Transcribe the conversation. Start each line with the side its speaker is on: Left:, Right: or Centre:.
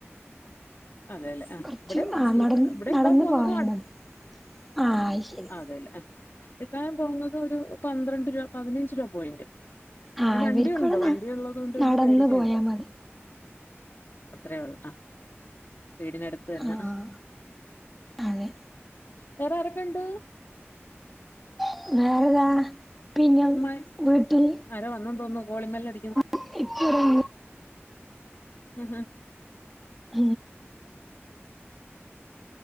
Left: അതെല്ലേ ആ
Centre: കൊർച്ച്
Left: ഇവിടെ
Centre: ആഹ് നടന്ന്
Left: ഇവിടെ
Centre: നടന്നു
Left: ഇക്കാ പോവുന്നതും
Centre: പോയാ മതി ആ ശരി.
Left: ആഹ് അതെല്ലേ. ഇക്കായം പോകുന്നത് ഒരു പന്ത്രണ്ട് രൂപ പതിനഞ്ച് രൂപ പോയിന്റ്.
Centre: ആഹ്
Left: പിന്നെ വണ്ടിയുണ്ട്
Centre: ഇവർക്കിവിടെ ന
Left: വണ്ടി ഉള്ളത് കൊണ്ട് പിന്നെ
Centre: നടന്ന്
Left: പേടിക്കേണ്ട.
Centre: പോയാ മതി
Left: അത്രേ ഒള്ളു ആഹ് വീടിനടുത്ത് തന്നെ
Centre: ആഹ് അതെ
Left: വേറെ ആരൊക്കെണ്ട്?
Centre: <unintelligible> പിന്നെ
Left: ഉമ്മ
Centre: വീട്ടിൽ.
Left: ആരോ വന്നു തോന്നുന്നു കോളിഗ് ബെല്ല് അടിക്കുന്നു.
Centre: <unintelligible>
Left: ഹ ഹ
Centre: <unintelligible>